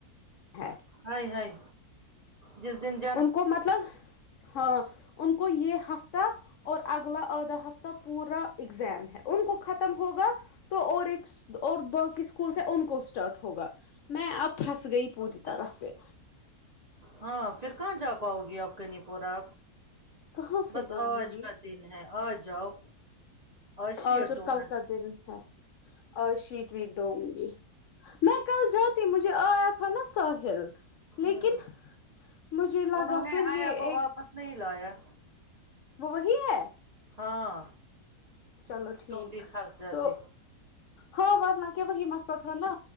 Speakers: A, on the left (about 65°); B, on the right (about 35°).
A: ہے
B: ہائے ہائے جس دن
A: ان کو مطلب ہاں ان کو یہ ہفتہ اور اگلا آدھا ہفتہ پورا اگزام ہے ان کو ختم ہوگا تو اور ایک اور دو کی اسکول سے ان کو اسٹارٹ ہوگا میں اب پھنس گئی پوری
B: اچھا
A: طرح سے
B: ہاں پھر کہاں جا پاؤ گی آپ کے نہیں پورا
A: کہاں سے
B: بس
A: جاؤں
B: آج
A: گی
B: کا دن ہے آج جاؤ شیر
A: آج اور
B: دھونا
A: کل
B: ہے
A: کا دن تھا آج شیٹ ویٹ دھو نگی میں کل جا تی مجھے آیا تھا نا ساحل
B: ہوں
A: لیکن مجھے لگا
B: انہوں نے
A: پھر
B: حیا
A: یہ
B: کو
A: ایک
B: واپس نہیں لایا
A: وہ وہی ہے
B: ہاں
A: چلو ٹھیک
B: تم بھی پھنس جاتی
A: تو ہاں ورنہ کیا وہی مسئلہ تھا نا